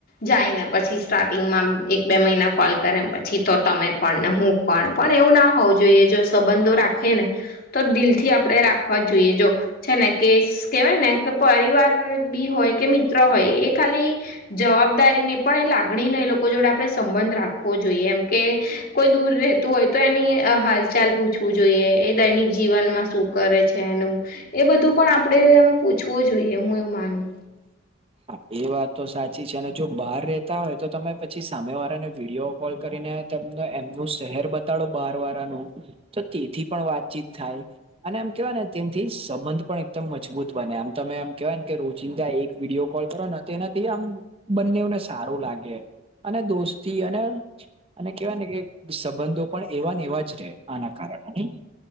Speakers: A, on the left; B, on the right.
A: જાય ને પછી સ્ટાર્ટિંગમાં આમ એક બે મહિના કોલ કરે પછી તો તમે કોણને હું કોણ? પણ એવું ના હોવું જોઈએ જો સંબંધો રાખે ને તો દિલ થી આપડે રાખ... હજ જોઈએ જો, છે ને કે સ કેવાય ને કે પરિવાર બી હોય કે મિ... ત્ર હોય એ ખાલી... જવાબદારી ની પણ એ લાગણી નો એ લોકો જોડે આપણે સંબંધ રાખવો જોઈએ એમ કે... કોઈ દૂર રહેતું હોય તો એની અ હાલચાલ પૂછવું જોઈએ એ દૈનિક જીવનમાં શું કરે છે એનું? એ બધું પણ આપણે એમ પૂછવું જોઈએ હું એવું માનું.
B: હા એ વાત તો સાચી છે અને બહાર રેતા હોય તો તમે પછી સામે વારા ને વિડીયો કરીને તમને એમનું શહેર બતાડો બહાર વારાનું તો તેથી પણ વાતચીત થાય. અને એમ કેવાય ને તેનથી સબંધ પણ એકદમ મજબૂત બને, આમ તમે એમ કેહેવાયને કે રોજિંદા એક વિડીયો કોલ કરોને તો તેનાથી આમ બંનેવ સારુ લાગે અને દોસ્તી અને... અને કેવાય ને કે ક સંબંધો પણ એવાને એવા જ રે આના કારણે, નઈ!